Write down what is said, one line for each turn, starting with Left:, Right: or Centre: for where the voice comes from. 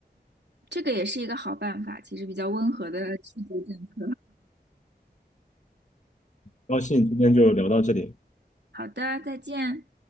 Right: 这个也是一个好办法，其实比较温和的去逐政策。
Left: 高兴今天就聊到这里。
Right: 好的，再见。